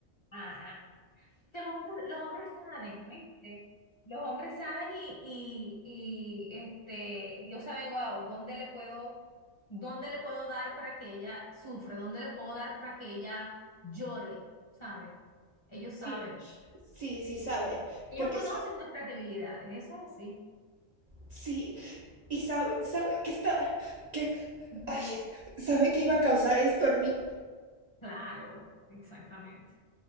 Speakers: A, on the left; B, on the right.
A: ajá. que los hombres, los hombres saben, ¿viste? Los hombres saben y, y, y este, ellos saben, wow, ¿dónde le puedo, dónde le puedo dar para que ella sufra? ¿Dónde le puedo dar para que ella llore? ¿Sabes? Ellos
B: Sí,
A: saben.
B: sí, sí sabe.
A: Ellos
B: Porque
A: conocen
B: sa-
A: nuestras debilidades, eso es así.
B: Sí, y sabe, sabe que está, que,
A: Ujú.
B: ay, sabe que iba a causar esto en mí.
A: Claro, exactamente.